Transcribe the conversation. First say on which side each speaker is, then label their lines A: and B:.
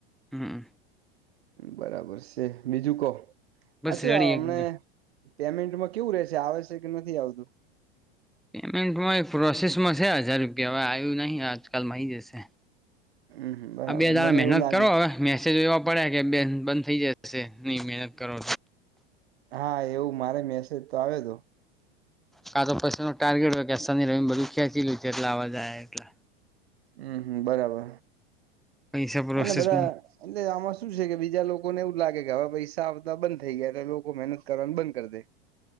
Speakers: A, in the centre; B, on the right.
A: હા
B: બરાબર છે બીજું કો
A: બસ
B: હ શું
A: રેડી
B: આવ અમને
A: એકદમ
B: પેમેન્ટમાં કેવું ર રહેશે આવે છે કે નથી આવતું
A: પેમેન્ટમાં એક પ્રોસેસમાં છે હજાર રૂપિયા હવે આવ્યું નહીં આજકાલ મળઈ જશે
B: હમ બરાબર
A: આ બેાર
B: મને
A: મહેનત
B: એવું લાગે
A: કરો હવે મેસેજો એવા પડ્યા કે બે બંધ થઈ જશે નહીં મહેનત કરો
B: હા એવું મારે મેસેજ તો આવ્યો હતો
A: કા તો પૈસા નો ટાર્ગેટ હોય કે ર બધું ખેંચીલું છે. એટલે અવાજ એટલે
B: હમ હમ બરાબર
A: પૈસા પ્રોસેસમાં
B: અને બધા એટલે આમાં શું છે. કે બીજા લોકોને એવું લાગે કે હવે પૈસા આવતા બંધ થઈ ગયા એટલે લોકો મહેનત કરવાનું બંધ કર દે